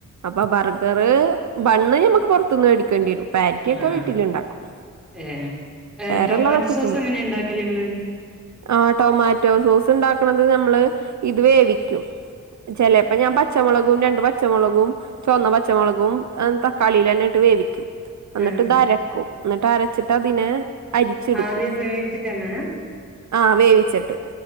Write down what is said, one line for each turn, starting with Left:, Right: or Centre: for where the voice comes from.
Right: അപ്പൊ ബർഗർ ബണ്ണ് ഞമ്മക്ക് പുറത്തുനിന്ന് മേടിക്കേണ്ടി വരും ബാക്കിയൊക്കെ
Centre: ആഹ്
Right: വീട്ടിലുണ്ടാക്കും
Centre: ഏഹ് ഏഹ്
Right: വേറെള്ളതൊക്കെ
Centre: ടൊമാറ്റോ സോസ്
Right: ചെയ്യാ
Centre: എങ്ങനെയാ ഇണ്ടാക്കല് ഇങ്ങള്
Right: ആഹ് ടൊമാറ്റോ സോസ് ഉണ്ടാക്കണുന്നത് നമ്മള് ഇത് വേവിക്കും ചിലപ്പ ഞാൻ പച്ചമുളകും രണ്ട് പച്ചമുളകും ചുവന്ന പച്ചമുളകും തക്കാളിൽ എന്നെ ഇട്ട് വേവിക്കും എന്നിട്ട്
Centre: ആഹ്
Right: ഇത് അരക്കും എന്നിട്ട് അരച്ചിട്ട് അതിനെ അരിച്ചെടുക്കും
Centre: ആദ്യം വേവിച്ചിട്ട് അങ്ങനാ
Right: ആ വേവിച്ചിട്ട്